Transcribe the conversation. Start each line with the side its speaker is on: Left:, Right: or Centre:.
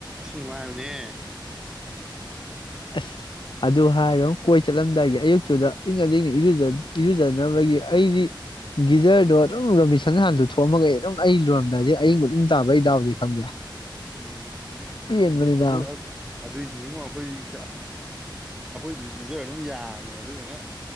Centre: ꯎ ꯃꯥꯅꯦ
Left: ꯑꯁ ꯑꯗꯨ ꯑꯗꯨ ꯍꯥꯏꯥꯎ ꯀꯣꯏ ꯆꯠꯂꯝꯗꯥꯏꯒꯤ ꯑꯌꯨꯛꯇꯨꯗ ꯏꯪꯉꯗꯤ ꯑꯩꯅ ꯏꯔꯨꯖꯅꯕꯒꯤ ꯑꯩꯗꯤ ꯒꯤꯖꯔꯗꯣ ꯑꯗꯨꯝ ꯔꯣꯃꯤꯁꯟ ꯍꯥꯟ ꯂꯨꯊꯣꯛꯑꯃꯒ ꯑꯗꯨꯝ ꯑꯩ ꯂꯣꯏꯔꯝꯗꯥꯏꯗ ꯑꯌꯤꯡꯕ ꯑꯗꯨꯝ ꯇꯥꯕ ꯑꯩ ꯗꯥꯎꯖꯦ ꯈꯪꯕ꯭ꯔꯥ
Centre: ꯎꯝ
Left: ꯄꯦꯟꯕꯅꯤ
Centre: ꯑꯗꯨ ꯑꯗꯨ
Left: ꯅꯥꯕ
Centre: ꯑꯗꯨꯏꯗꯤ ꯑꯃꯨꯛ ꯑꯩꯈꯣꯏ ꯑꯩꯈꯣꯏꯗꯨꯗꯤ ꯒꯤꯖꯔ ꯑꯗꯨꯝ ꯌꯥꯝꯕꯅꯦ ꯑꯗꯨꯗꯨꯅ